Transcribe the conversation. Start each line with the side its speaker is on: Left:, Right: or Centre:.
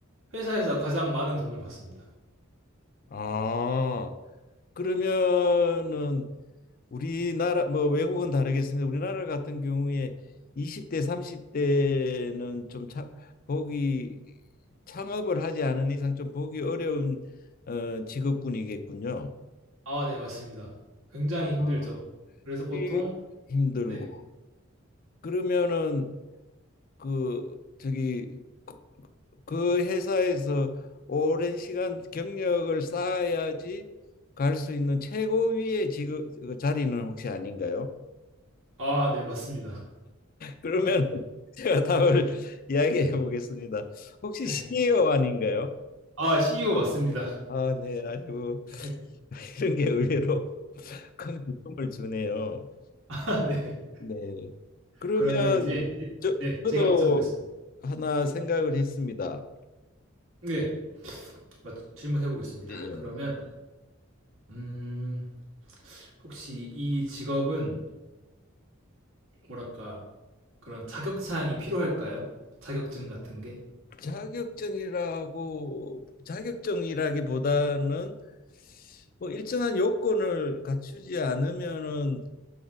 Right: 회사에서 가장 많은 돈을 받습니다.
Left: 아, 그러면은 우리나라 뭐 외국은 다르겠습니다. 우리나라 같은 경우에 20대, 30대는 좀 차, 보기 창업을 하지 않은 이상 좀 보기 어려운 어, 직업군이겠군요.
Right: 아, 네, 맞습니다. 굉장히
Left: 아,
Right: 힘들죠. 그래서
Left: 그게
Right: 보통
Left: 힘들고
Right: 네.
Left: 그러면은 그 저기 그, 그 회사에서 오랜 시간 경력을 쌓아야지 갈 수 있는 최고위의 직업 그 자리는 혹시 아닌가요?
Right: 아, 네, 맞습니다.
Left: 그러면 <laughs> 제가 답을 이야기해 보겠습니다. 혹시
Right: 네.
Left: CEO 아닌가요?
Right: 아, CEO 맞습니다.
Left: 아, 네. 아이고,
Right: 네. <laughs>
Left: <laughs> 이런 게 의외로 <laughs> 큰 기쁨을 주네요.
Right: 아, 네.
Left: 네. 그러면
Right: 그러면 이제 지-
Left: 저,
Right: 네,
Left: 저도
Right: 제가 맞춰 보겠습니다.
Left: 하나 생각을 했습니다.
Right: 네. 맞, 질문해 보겠습니다.
Left: 예.
Right: 그러면 음, 혹시 이 직업은 뭐랄까? 그런 자격 사항이 필요할까요? 자격증 같은 게?
Left: 자격증이라고 자격증이라기보다는 뭐 일정한 요건을 갖추지 않으면은